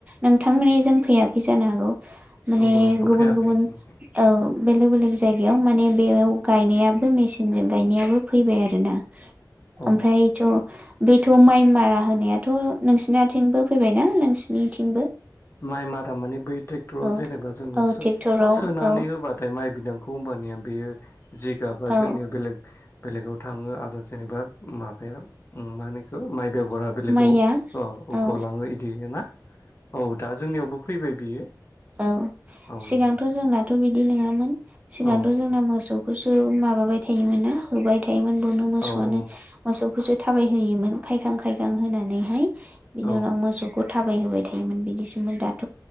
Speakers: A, on the right; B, on the left.
A: नोंथांमोननि जों फैयाखै जानो हागौ माने
B: नंगौ नोंथां
A: गुबुन
B: फैयाखै
A: गुबुन
B: जोंनिखै
A: औ बेलेग बेलेग जायगायाव माने बेयाव गायनायाबो मेसिनजों गायनायाबो फैबाय आरो आरोना
B: औ
A: ओमफ्रायथ' बेथ' माइ मारा होनाय थ' नोंसिनिथिंबो फैबायनाा नोंसिनिथिंबो
B: माइ मारा माने बै ट्रेक्टराव
A: औ
B: जेनेबा जोङो
A: औ
B: सो
A: ट्रेक्टराव
B: सोनानै
A: औ
B: होबाथाय माइ बि कम्फानिया बेयो जिगाबा
A: औ
B: जोंनिया बेलेग बेलेगाव थाङो आरो जेनेबा माबाया मा होनो इखो माइ बेगरा बेलेगाव
A: माइया औ
B: गलाङो इदि ना औ दा जोंनियावबो फै फैबाय बियो
A: औ
B: औ
A: सिगांथ
B: नंगौ नोंथां
A: जोंनाथ बिदि नङामोन सिगांथ
B: औ नंगौ
A: जोंना मोसौ खौसो माबाबाय थायोमोन ना होबाय थायोमोन बेनो मोसौआनो
B: औ औ
A: मोसौखौसो थाबायहोयोमोन खायखां खायखां होनानैहाय बिनि
B: औ
A: उनाव मोसौखौ थाबायहोबाय थायोमोन बिदिसोमोन दाथ